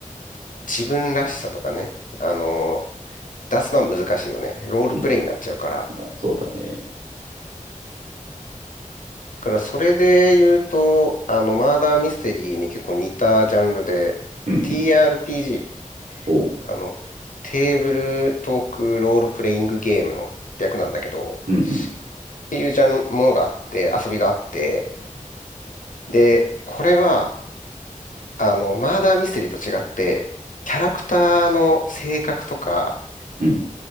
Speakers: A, on the left; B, on the right.
A: う、自分らしさとかね、あの、出すのは難しいよね。ロールプレイになっちゃうから。
B: うん、まあそうだね。
A: だからそれで言うと、あの、マーダーミステリーに結構似たジャンルで、
B: うんうん。
A: TRPG、
B: おう。
A: あの、テーブルトークロールプレイングゲームの略なんだけど、
B: うんうん。
A: っていうジャン、ものがあって、遊びがあって、で、これは、あの、マーダーミステリーと違って、キャラクターの性格とか
B: うん。